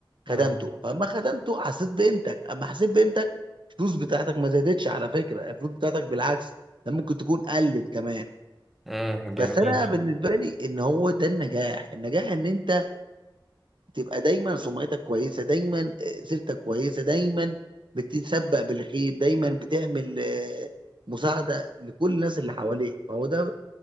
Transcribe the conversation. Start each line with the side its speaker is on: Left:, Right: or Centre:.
Centre: مم.
Right: خدمته فاما خدمته حسيت بقيمتك اما حسيت بقيمتك الفلوس بتاعتك ما زادتش على فكره الفلوس بتاعتك بالعكس ده ممكن تكون قلت كمان
Centre: مم. جميل
Right: بس انا بالنسبه لي ان هو ده النجاح النجاح ان انت تبقى دايما سمعتك كويسه دايما آه، سيرتك كويسه دايما بتتسبق بالخير دايما بتعمل آه، مساعده لكل الناس اللي حواليك فهو ده